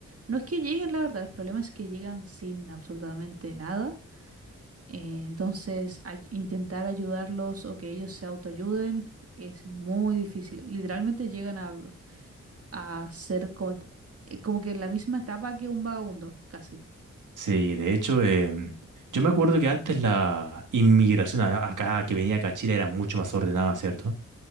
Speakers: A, on the right; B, on the right.
A: no es que lleguen, la verdad, el problema es que llegan sin absolutamente nada Eh, entonces, ay- intentar ayudarlos o que ellos se autoayuden es muy difícil. Literalmente llegan a, a ser como, eh, como que en la misma etapa que un vagabundo, casi.
B: Sí, de hecho, em, yo me acuerdo que antes la inmigración a- acá, que venía acá a Chile, era mucho más ordenada, ¿cierto?